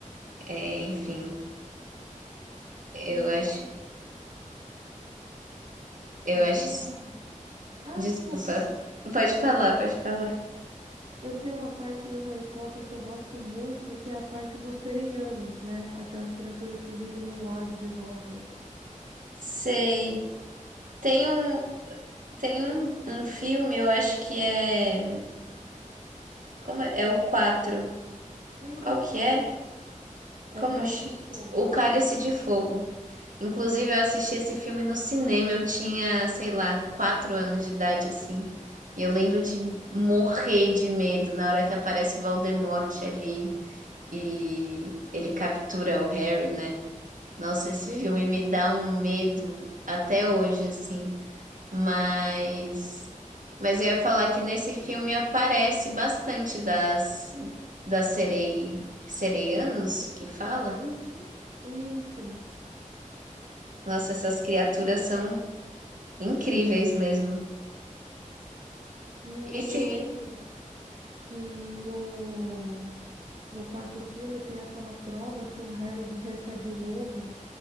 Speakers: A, on the right; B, on the right.
A: é, enfim. Eu
B: Sim.
A: acho, eu
B: E
A: acho.
B: tem
A: isso-
B: uma. Ah,
A: Desculpa,
B: desculpa. <laughs>
A: pode falar, pode falar.
B: Eu tenho uma parte do Harry Potter que eu gosto muito, que é a parte dos sereianos, né? Aquelas criaturas que vivem no lago de Hogwarts.
A: Sei. Tem um, tem um, um filme, eu acho que é. Como é? É o quatro
B: Uhum.
A: Qual que é? Como
B: É o Cálice
A: chama?
B: de Fogo.
A: O Cálice de Fogo. Inclusive, eu assisti esse filme no cinema. Eu tinha, sei lá, quatro anos de idade, assim. E eu lembro de morrer de medo na hora que aparece o Voldemort ali e ele captura o Harry, né? Nossa, esse
B: Uhum.
A: filme me dá um medo até hoje, assim. Mas, mas eu ia falar que nesse filme aparece bastante das das serei, sereianos que fala.
B: Uhum. Isso.
A: Nossa, essas criaturas são incríveis mesmo.
B: E
A: Esse,
B: eu
A: Sim.
B: lembro. que no, no quarto filme tem aquela prova que o Harry recebe o ovo